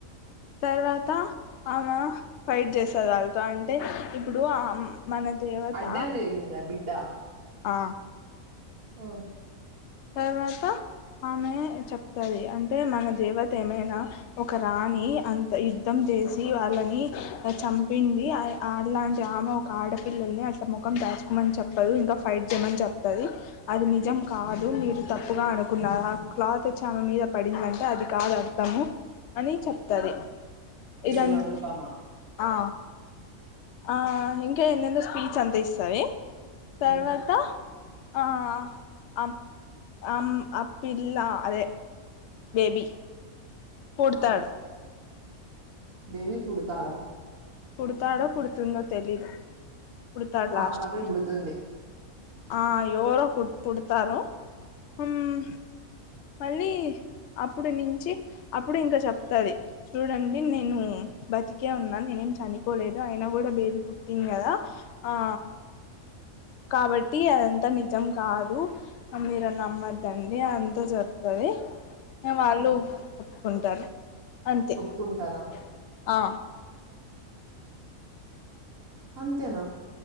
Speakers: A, on the left; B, on the right.
A: తర్వాత ఆమె ఫైట్ చేసారు వాళ్ళతో అంటే ఇప్పుడు ఆ మన దేవత
B: అడ్డం తిరిగిందా బిడ్డ
A: ఆ
B: హ్మ్
A: తర్వాత ఆమె చెప్తది అంటే మన దేవత ఏమైనా ఒక రాణి అంత యుద్ధం చేసి వాళ్ళని చంపింది ఆ అట్లాంటి ఆమె ఒక ఆడపిల్లల్ని అసలు ముఖం దాచుకోమని చెప్పదు ఇంకా ఫైట్ చేయమని చెప్తది అది నిజం కాదు మీరు తప్పుగా అనుకున్నారు ఆ క్లాత్ వచ్చి ఆమె మీద పడిందంటే అది కాదు అర్థము అని చెప్తది ఇదంత
B: ఎవరు అనుపమ
A: ఆ ఆ ఇ ఇంకా ఏందేందో స్పీచ్ అంత ఇస్తవె తర్వాత
B: ఉమ్
A: ఆ అ అం ఆ పిల్ల అదే బేబీ పుడతాడు
B: ఆ బేబీ పుడతాడాా
A: పుడతాడో పుడుతుందో తెలీదు పుడతాడు లాస్ట్
B: ఆడపాపే
A: కి
B: బుడుతుంది
A: ఆ ఎవరో ఒకరు పుడతారు హ్మ్ మళ్ళీ అప్పుడు నుంచి అప్పుడు ఇంకా చెప్తది చూడండి నేను బతికే ఉన్నాను నేనేం చని పోలేదు అయినా కూడా బేబీ పుట్టింది కదా ఆ కాబట్టి అదంతా నిజం కాదు మీరు నమ్మద్దండి అంతె చెప్తది అనే వాళ్ళు
B: ఉమ్
A: ఉంటార్ అంతెఆ
B: ఒప్పుకుంటారా అంతెన